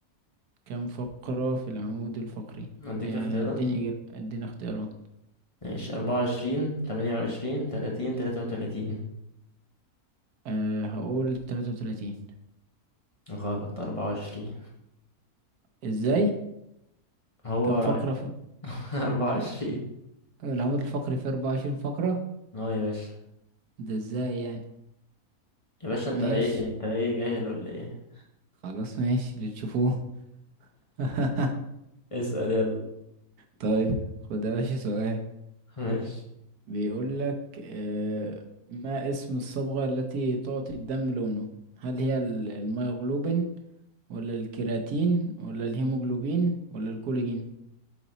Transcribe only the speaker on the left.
اديك
اختيارات
ماشي أربعة وعشرين تمانية وعشرين تلاتين تلاتة وتلاتين
غلط أربعة وعشرين
هو
<laughs> أربعة وعشرين
اه يا باشا
يا باشا انت
ايه انت ايه جاهل ولا ايه
اسأل يلا
ماشي